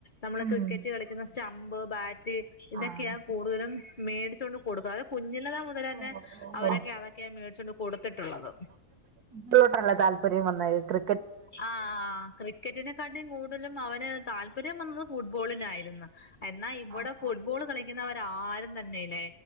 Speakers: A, on the left; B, on the right.
A: നമ്മള്
B: ഉം
A: ക്രിക്കറ്റ് കളിക്കുന്ന സ് സ്റ്റമ്പ് ബാറ്റ് ഇതൊക്യാ
B: ആഹ്
A: കൂടുത ലും മേടിച്ചൊണ്ട് കൊടുക്കും അത് കുഞ്ഞില മുതലെന്നെ
B: ഓഹ്
A: അവരൊക്കെ
B: ഓഹ്
A: അതൊക്കെ മേടിച്ചൊണ്ട് കൊട്ത്ത്ട്ടുള്ളത്
B: ട്ടല്ലെ താല്പര്യം വന്നത് കൃ
A: ആഹ് ക്രിക്കറ്റിനെക്കാട്ടിം കൂടുതലും അവന് താല്പര്യം വന്നത് ഫുട്ബോളിനായിരുന്നു എന്നാ ഇവടെ
B: ആഹ്
A: ഫുട്ബോള് കളിക്കുന്നവര ആരും തന്നെലെ